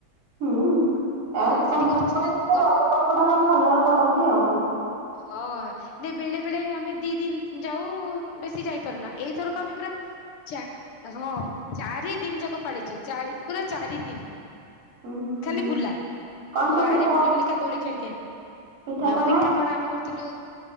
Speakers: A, on the right; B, on the left.
A: ହୁଁ ଆଉ
B: ହଁ
A: ସେପଟେ
B: ସେଠି ଗଛରେ
A: ତ
B: ଗ
A: ରଜ ପର୍ବ ଟା ବୋହୁତ ଭଲରେ କରନ୍ତି ଆଉ।
B: ହଁ ନେଇ ବେଳେ ବେଳେ ଆମେ ଦି ଦିନ ଯାଉ-ଉ ବେଶି ଯାଇପାରୁନା ଏଇ ତୋର କପିପ୍ରେ ଚା ହଁ ଚାରି ଦିନ ଯାକ ପଳିଚୁ ଚାରି ପୁରା ଚାରି ଦିନ।
A: ଉଁ ହୁଁ
B: ଖାଲି ବୁଲା
A: କଣ ସବୁ
B: ବାହାରେ
A: ପିଠା
B: ବୁଲି ବୁଲିକା ଦୋଳି ଖେଳିକା
A: ପିଠାପଣା
B: ଆଁ ପିଠା ପଣା ଆମେ କରିଥିଲୁ